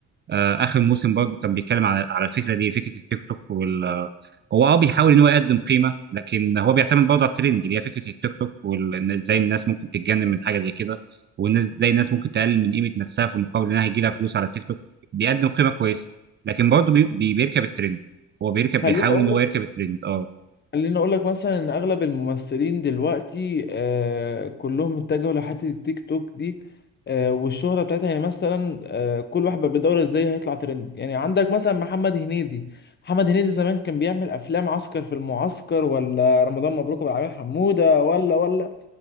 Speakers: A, on the right; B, on the left.
A: آه، اخر موسم برضه كان بيتكلم على على الفكره دي فكره التيك توك وال هو اه بيحاول ان هو يقدم قيمه لكن هو بيعتمد برضه على الترند اللي هي فكره التيك توك وازاي الناس ممكن تتجنن من حاجه زي كده والناس ازاي الناس ممكن تقلل من قيمه نفسها في مقابل انها هيجي لها فلوس على التيك توك بيقدم قيمه كويسه لكن برضه بي... بي- بيركب الترند هو بيركب
B: خليني
A: بيحاول
B: اقول
A: ان هو
B: لك
A: يركب الترند اه
B: خليني اقول لك مثلا ان اغلب الممثلين دلوقتي آه كلهم اتجهوا لحته التيك توك دي آه والشهره بتاعتها يعني مثلا آه كل واحد بقى بيدور ازاي هيطلع ترند يعني عندك مثلا محمد هنيدي محمد هنيدي زمان كان بيعمل افلام عسكر في المعسكر ولا رمضان مبروك ابو العلمين حموده ولا ولا